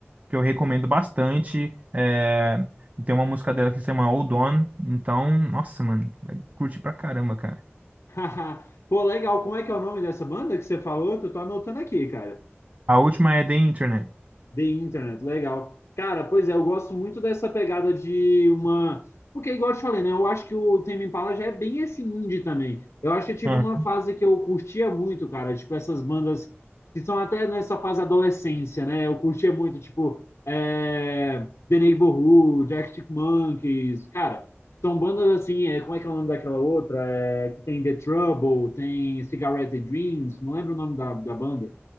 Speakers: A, on the right; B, on the left.
A: Que eu recomendo bastante. É... Tem uma música dela que se chama Hold On. Então, nossa, mano, vai curtir pra caramba, cara.
B: <laughs> Pô, legal. Como é que é o nome dessa banda que você falou? Que eu tô anotando aqui, cara.
A: A última é The Internet.
B: The Internet, legal. Cara, pois é, eu gosto muito dessa pegada de uma. Porque, igual eu te falei, né? Eu acho que o Tame Impala já é bem esse indie também. Eu acho que eu tive
A: Uhum.
B: uma fase que eu curtia muito, cara. Tipo, essas bandas que são até nessa fase adolescência, né? Eu curtia muito, tipo, é... The Neighborhood, Arctic Monkeys. Cara, são bandas assim, é... como é que é o nome daquela outra? É... Que tem The Trouble, tem Cigarette Dreams, não lembro o nome da, da banda.